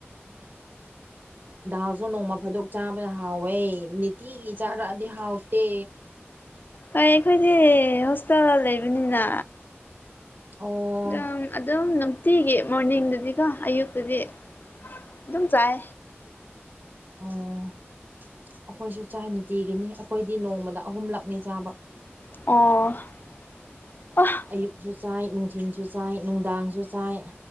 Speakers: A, on the right; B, on the left.
A: ꯗꯥꯜꯁꯨ ꯅꯣꯡꯃ ꯐꯥꯗꯣꯛ ꯆꯥꯕꯅ ꯍꯥꯎꯋꯦ ꯅꯤꯇꯤꯒꯤ ꯆꯥꯔꯛꯑꯗꯤ ꯍꯥꯎꯇꯦ
B: ꯍꯣꯏ ꯑꯩꯈꯣꯏꯗꯤ ꯍꯣꯁꯇꯦꯜꯗ ꯂꯩꯕꯅꯤꯅ
A: ꯑꯣ
B: ꯗꯨꯝ ꯑꯗꯨꯝ ꯅꯨꯡꯇꯤꯒꯤ ꯃꯣꯔꯅꯤꯡꯗꯗꯤꯀꯣ ꯑꯌꯨꯛꯇꯗꯤ ꯑꯗꯨꯝ ꯆꯥꯏ
A: ꯎꯝ ꯑꯈꯣꯏꯁꯨ ꯆꯥꯏ ꯅꯤꯇꯤꯒꯤꯅꯤ ꯑꯈꯣꯏꯗꯤ ꯅꯣꯡꯃꯗ ꯑꯍꯨꯝꯂꯛꯅꯤ ꯆꯥꯕ
B: ꯑꯣ
A: ꯑꯌꯨꯛꯁꯨ ꯆꯥꯏ ꯅꯨꯡꯊꯤꯜꯁꯨ ꯆꯥꯏ ꯅꯨꯡꯗꯥꯡꯁꯨ ꯆꯥꯏ